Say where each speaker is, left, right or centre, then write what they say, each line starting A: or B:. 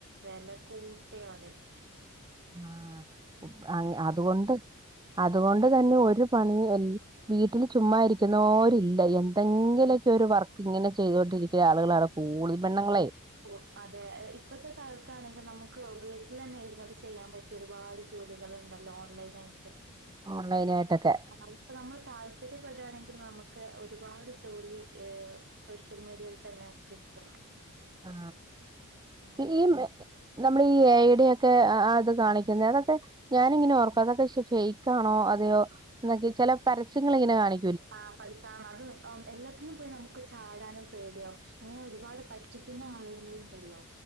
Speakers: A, on the right; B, on the right.
A: വെല കൂട്ടിയ അ <unintelligible> ത
B: ആ അൻ അതുകൊണ്ട് അതുകൊണ്ട് തന്നെ ഒരു പണി വീട്ടില് ചുമ്മാ ഇരിക്കുന്നോരില്ല എന്തെങ്കിലോക്കെ ഒരു വർക്ക് ഇങ്ങനെ ചെയ്തൊണ്ടിരിക്യാ ആൾ ആ കൂടുതൽ പെണ്ണ്ങ്ങളെ
A: ഓ അതെ ഇപ്പത്തെ കാലത്താണെങ്കി നമുക്ക് വീട്ടിലെന്നെ ഇർന്ന് ചെയ്യാൻ പറ്റിയ ഒരുപാട് ജോലികൾ ഇണ്ടല്ലോ ഓൺലൈനായിട്ടും
B: ഓൺലൈനായിട്ടൊക്കെ
A: ആ ഇപ്പം നമ്മള് താല്പര്യപ്പെടാ ണെങ്കി നമക്ക് ഒരുപാട് ജോലി ഹ് സോഷ്യൽ മീഡിയയിൽ തന്നെ കിട്ടും.
B: ആ
A: അതെ
B: ഈ നമ്മള് ഈ ഏയെടി ക്കെ ആ ഇത് കാണിക്ന്നെ അതൊക്കെ ഞാനിങ്ങനെ ഓർകൊ അതൊക്കെ ഫൈക്ക് ആണോ അതെയോ ചെല പരസ്യങ്ങള് ഇങ്ങനെ കാണി
A: ആ പൈസ അത് എല്ലത്തിലും പോയി നമുക്ക് ചാടാനും പേട്യവും അങ്ങനെ ഒരുപാട് പറ്റിക്കുന്ന ആള്കളും ഉണ്ടല്ലോ